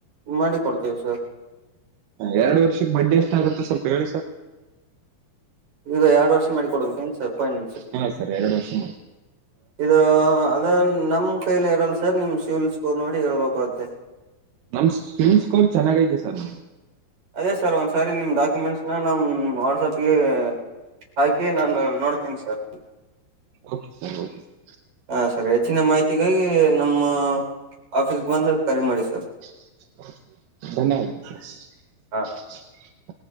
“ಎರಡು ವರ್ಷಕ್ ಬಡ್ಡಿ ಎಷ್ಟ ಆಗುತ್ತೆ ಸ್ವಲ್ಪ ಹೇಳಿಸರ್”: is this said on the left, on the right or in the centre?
Right